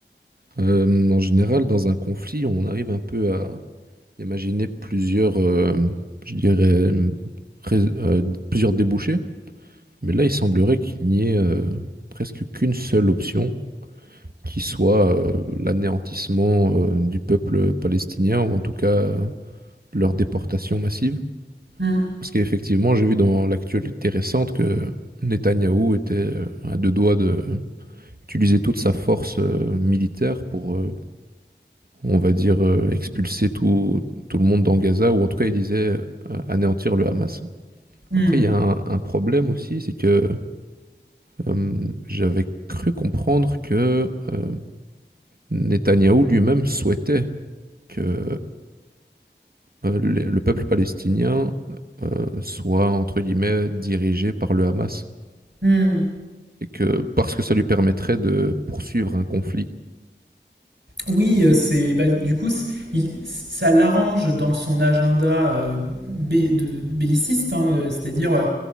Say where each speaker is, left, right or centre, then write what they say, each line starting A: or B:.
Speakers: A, on the right; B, on the right.
A: Euh, en général, dans un conflit, on arrive un peu à imaginer plusieurs, euh, je dirais, rais- euh, plusieurs débouchés. Mais là, il semblerait qu'il n'y ait euh, presque qu'une seule option, qui soit euh, l'anéantissement euh, du peuple palestinien, ou en tout cas euh, leur déportation massive.
B: Mm.
A: Parce qu'effectivement, j'ai vu dans l'actualité récente que Netanyahou était euh, à deux doigts de utiliser toute sa force euh, militaire pour euh, on va dire, euh, expulser tout, tout le monde dans Gaza, ou en tout cas, il disait euh, anéantir le Hamas.
B: Mm.
A: Après, il y a un, un problème aussi, c'est que euh, j'avais cru comprendre que euh, Netanyahou lui-même souhaitait que euh, le, le peuple palestinien euh, soit, entre guillemets, dirigé par le Hamas,
B: Mm.
A: et que parce que ça lui permettrait de poursuivre un conflit.
B: Oui, euh, c'est bah, du coup c- il- ça l'arrange dans son agenda euh, bé- de- belliciste, hein, euh, c'est-à-dire euh,